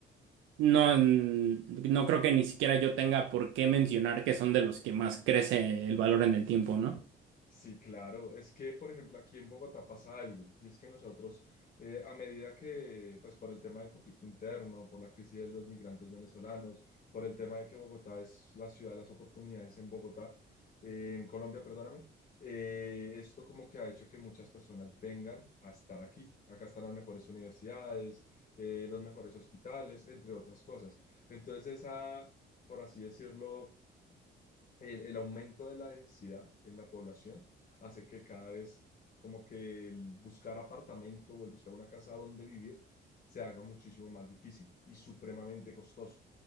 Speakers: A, on the right; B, on the left.
A: no, mm, no creo que ni siquiera yo tenga por qué mencionar que son de los que más crece el valor en el tiempo, ¿no?
B: Sí, claro. Es que, por ejemplo, aquí en Bogotá pasa algo, y es que nosotros, eh, a medida que, pues por el tema del conflicto interno, por la crisis de los migrantes venezolanos, por el tema de que Bogotá es la ciudad de las oportunidades en Bogotá, eh, en Colombia, perdóname, eh, esto como que ha hecho que muchas personas vengan a estar aquí. Acá están las mejores universidades, eh, los mejores hospitales, entre otras cosas. Entonces, esa, por así decirlo el, el aumento de la densidad en la población hace que cada vez como que el buscar apartamento o el buscar una casa donde vivir se haga muchísimo más difícil y supremamente costoso.